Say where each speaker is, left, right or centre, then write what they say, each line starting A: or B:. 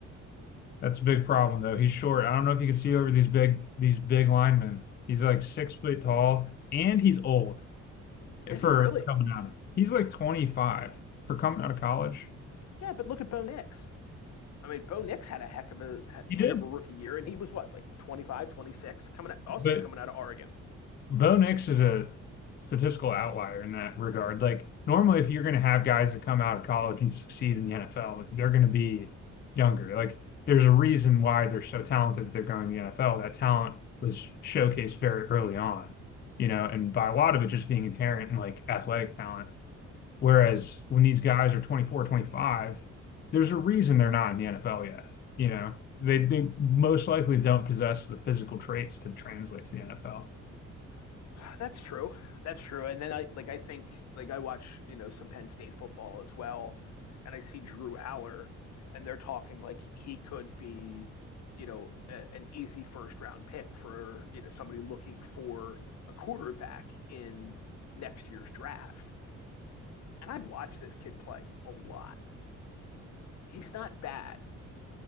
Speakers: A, on the left (about 35°); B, on the left (about 60°).
A: That's a big problem, though. He's short. I don't know if you can see over these big these big linemen. He's like six foot tall, and he's old
B: is
A: for
B: he really?
A: coming out of. He's like 25 for coming out of college.
B: Yeah, but look at Bo Nix. I mean, Bo Nix had a heck of a heck
A: He did,
B: of a rookie year, and he was what like 25, 26, coming out, also
A: but
B: coming out of Oregon.
A: Bo Nix is a statistical outlier in that regard. Like normally, if you're going to have guys that come out of college and succeed in the NFL, they're going to be younger. Like there's a reason why they're so talented that they're going to the NFL. That talent was showcased very early on, you know, and by a lot of it just being inherent in like athletic talent. Whereas when these guys are 24, 25, there's a reason they're not in the NFL yet. You know, they they most likely don't possess the physical traits to translate to the NFL.
B: <sighs> That's true. That's true. And then I like I think like I watch you know some Penn State football as well, and I see Drew Aller, and they're talking like he could be, you know, a, an easy first round pick for you know somebody looking for a quarterback in next year's draft. And I've watched this kid play a lot. He's not bad,